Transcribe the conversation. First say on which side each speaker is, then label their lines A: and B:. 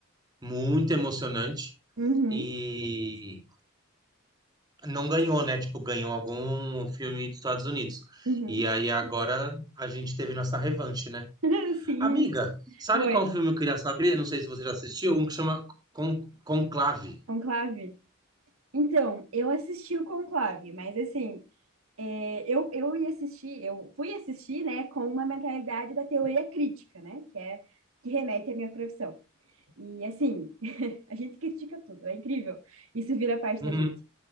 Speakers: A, on the right; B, on the right.
A: muito emocionante
B: Uhum.
A: e não ganhou, né? Tipo, ganhou algum filme dos Estados Unidos.
B: Uhum.
A: E aí agora a gente teve nossa revanche, né?
B: <laughs> Sim.
A: Amiga, sabe
B: Oi.
A: qual filme eu queria saber? Não sei se você já assistiu, um que chama Con Conclave,
B: Conclave. Então, eu assisti o Conclave, mas assim, é, eu, eu ia assistir, eu fui assistir, né, com uma mentalidade da teoria crítica, né? Que é que remete à minha profissão. E assim, A gente critica tudo, é incrível. Isso vira parte
A: Uhum.
B: da gente.